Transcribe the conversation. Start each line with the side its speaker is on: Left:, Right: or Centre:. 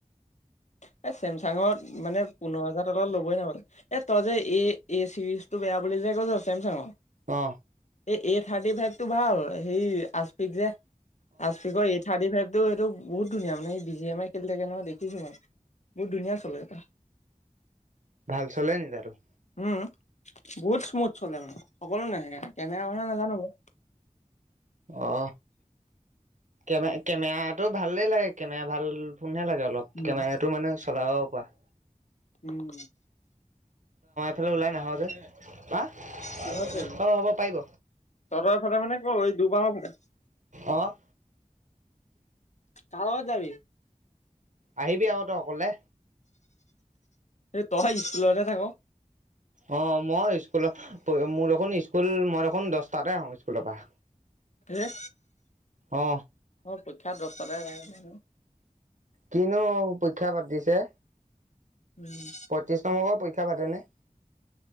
Left: <unintelligible> এ চেমচাঙত মানে পোন্ধৰ হাজাৰ তলত ল'বই নোৱাৰি মানে, এই তয় যে তই য এ চিৰিজ টো বেয়া বুলি চেমচাঙৰ
Right: অ
Left: এই এ থাৰ্টি ফাইভ টো ভাল, সেই আচপিক যে আচফিকৰ এ থাৰ্টি ফাইভ টো সেটো বহুত ধুনীয়া মানে বি জিএমআই খেলি থাকে নহয় দেখিছো মই। বহুত ধুনীয়া চলে তা
Right: ভাল চলে নি তাৰ তো?
Left: উম', বহুত স্মুথ চলে মানে সকলো কেমেৰা কথা নাজানো বাৰু।
Right: অ কেমেঅ কেমেৰাটো ভালেই লাগে, কেমেৰা ভাল ফোনহে লাগে অলপ,
Left: উম
Right: কেমেৰাটো মানে চলাব পৰা।
Left: উম।
Right: হেল'? ওলাই নাহ যে? বা? পাৰ
Left: কিহত
Right: হয়
Left: যাবি
Right: না? অ', হ'ব পাৰিব।
Left: তহঁতৰ ফালে মানে ক এই দুবাৰৰ ফালে
Right: অ'।
Left: কাৰ লগত যাবি?
Right: আহিবি আক তই অকলে।
Left: এই তই স্কুলতহে থাক।
Right: অ' মই স্কুলত- মোৰ দেখোন স্কুল- মই দেখোন দশটাতে আহোঁ স্কুলৰ পৰা।
Left: এই,
Right: অ
Left: অ' পৰীক্ষা দশটাত হে <unintelligible>
Right: কিনো পৰীক্ষা পাতিছে?
Left: উম
Right: পয়ত্ৰিশ নম্বৰৰ পৰী ক্ষা পাতেনে?